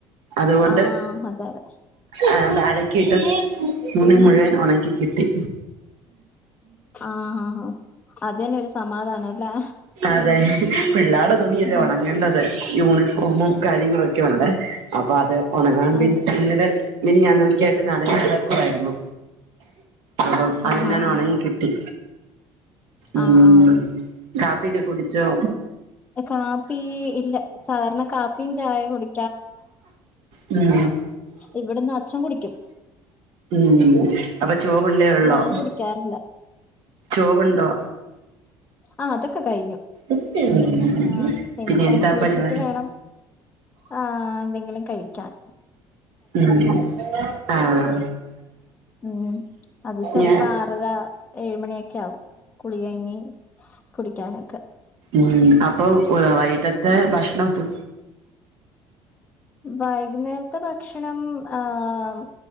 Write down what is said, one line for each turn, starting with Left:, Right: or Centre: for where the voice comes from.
Right: അതുകൊണ്ട്
Left: ആഹ് അതെ അതെ
Right: അ അലക്കിയിട്ട് തുണി മുഴുവൻ ഉണക്കി കിട്ടി
Left: ആഹ ആ ആ അതന്നെ ഒരു സമാധാന അല്ലേ
Right: അതെ പിള്ളാട തുണിയല്ലേ
Left: ആഹ്
Right: ഒണങ്ങേണ്ടത് യൂണിഫോമും കര്യങ്ങൊക്കെ ഒണ്ട്. അപ്പ അത് ഒണങ്ങാ പിൻ
Left: അതെ
Right: ഇങ്ങനെ മിനിഞ്ഞാന്ന് ഒൺക്ക്യാട്ട് നനഞ്ഞ് കെടക്കുവാര്ന്നു. അപ്പം അതെന്നെണങ്ങി
Left: ആഹ് ആഹ്
Right: കിട്ടി
Left: ആഹ്
Right: ഉം.
Left: ആഹ്
Right: കാപ്പിട്ട് കുട്ച്ചോ?
Left: കാപ്പീ ഇല്ല സാർണ കാപ്പിം ചായ കുടി
Right: ഉം
Left: ഇവിടുന്ന് അച്ഛൻ കുടിക്കും
Right: ഉം അപ്പ ചോവുണ്ടേ വെള്ളോ
Left: ഞാൻ കുടിക്കാറില്ല
Right: ചോവ്ണ്ടോ?
Left: ആഹ് അതെക്ക കയ്ഞ്ഞു
Right: ഉം
Left: ങാഹ് ഇനിപ്പം
Right: പിന്നെ എന്താ
Left: കുള്ച്ച്‌ട്ട്
Right: പരിപാടി
Left: വേണം ആഹ് എന്തങ്കിലും കഴ്ക്കാൻ
Right: ഉം ആഹ്
Left: ഉം അത് ചെലപ്പ
Right: ഞാ
Left: ആറര ഏഴ്മണിക്കാവും കുളികയ്ഞ്ഞ് കുടിക്കാനക്ക
Right: ഉം അപ്പം വൈട്ടത്തെ ഭഷ്ണം ഫു
Left: വൈക്ന്നേരത്ത ഭക്ഷണം ആഹ്